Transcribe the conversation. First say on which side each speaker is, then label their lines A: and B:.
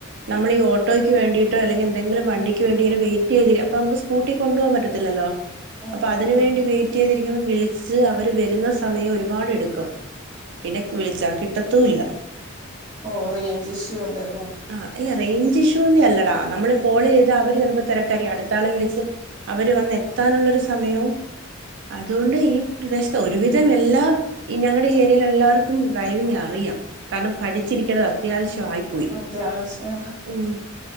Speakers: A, on the right; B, on the right.
A: നമ്മള് ഈഹ് ഓട്ടയ്ക്ക് വേണ്ടിട്ട് അല്ലെങ്ക എന്തെങ്കിലും വേണ്ടി വെയിറ്റയിതിരി നമുക്ക് അപ്പം സ്കൂട്ടി കൊണ്ടു പോകൻ പറ്റത്തിലല്ലോ
B: അതെ
A: അപ്പൊ അതിന്
B: ആഹ്
A: വേണ്ടി വെയിറ്റയത് ചെയ്തിരിക്കുമ്പോ വിളിച്ച് അവര് വരുന്ന സമയം ഒരുപാട്‌ടുക്കും പിന്നെ വിളിച്ചാൽ കിട്ടത്തുല്ലാ
B: ഓഹ് റേഞ്ച് ഇഷ്യൂ ഇണ്ടല്ലേ
A: ആഹ് അല്ല റേഞ്ച് ഇഷ്യൂന്റെ അല്ലടാ നമ്മള് കോള് ചെയ്ത് അവര് ചിലപ്പോ തിരക്കായിരിക്കും അടുത്താളെ വിളിച്ച് അവര് വന്ന് എത്താനുള്ളരു സമയവും അതുകൊണ്ട് ഈ പ്രദേശത്ത് ഒരുവിധം എല്ലാം ഈ ഞങ്ങളുടെ ഏരിയയിൽ എല്ലാവർക്കും ഡ്രൈവിങ് അറിയാം കാരണം പഠിച്ചിരിക്കേണ്ടത് അത്യാവശ്യ ആയി പോയി
B: അത്യാവശ്യആഹ്
A: ഉം